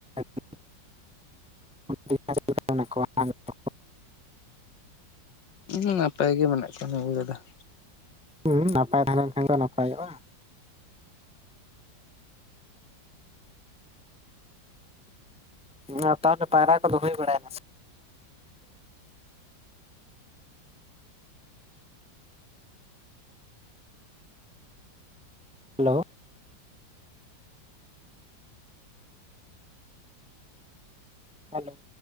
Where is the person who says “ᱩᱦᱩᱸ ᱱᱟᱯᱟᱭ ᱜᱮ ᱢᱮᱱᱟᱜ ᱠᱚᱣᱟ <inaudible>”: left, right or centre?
Left